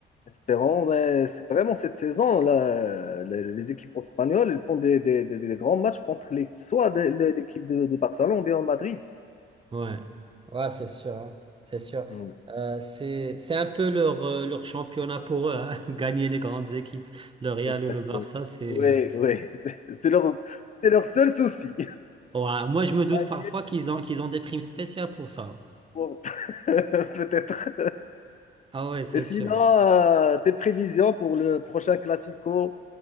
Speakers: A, on the left; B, on the right.
A: Espérons, mais c'est vraiment cette saison, là, les, les équipes espagnoles, elles font des, des- des- des grands matchs contre les, soit des- les- l'équipe de, de Barcelone ou bien Madrid.
B: Ouais. Ouais, c'est sûr. hein. C'est sûr.
A: Oui,
B: Euh, c'est, c'est un peu leur, euh, leur championnat pour eux, hein. <laughs> Gagner les grandes équipes, le Real
A: exactement.
B: ou le Barça, c'est.
A: Oui, oui, <laughs> c'est c'est leur, c'est leur seul souci.
B: Ouais, moi, je me doute
A: <laughs>
B: parfois qu'ils ont, qu'ils ont des primes spéciales pour ça.
A: Pour- <laughs> Peut-être.
B: Ah ouais, c'est
A: Et sinon,
B: sûr.
A: euh, tes prévisions pour le prochain Classico,